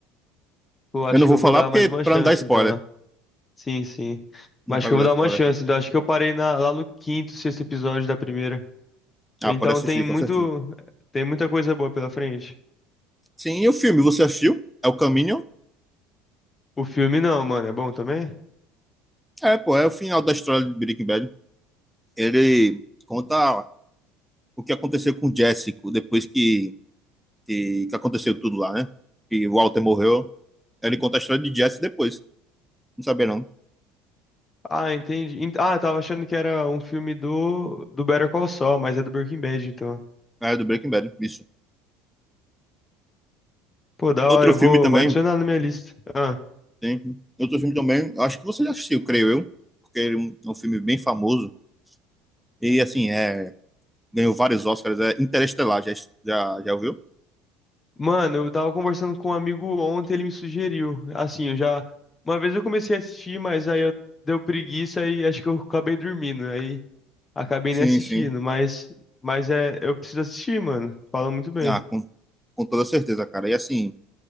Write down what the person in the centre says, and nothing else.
Eu não vou
falar
porque
para
não dar spoiler.
Não
cabe
dar
spoiler.
Ah,
pode assistir,
com certeza.
Sim, e o filme, você assistiu? É o Caminho?
É, pô, é o final da história de Breaking Bad. Ele conta o que aconteceu com o Jessico depois que, que, que aconteceu tudo lá, né? Que o Walter morreu. Ele conta a história de Jesse depois. Não sabia, não.
É do Breaking Bad, isso.
Outro
filme
também,
tem. Outro filme também, acho que você já assistiu, creio eu, porque ele é um, é um filme bem famoso. E, assim, é ganhou vários Oscars, é Interestelar, já, já, já ouviu?
Sim,
sim.
Ah, com, com toda certeza, cara. E assim,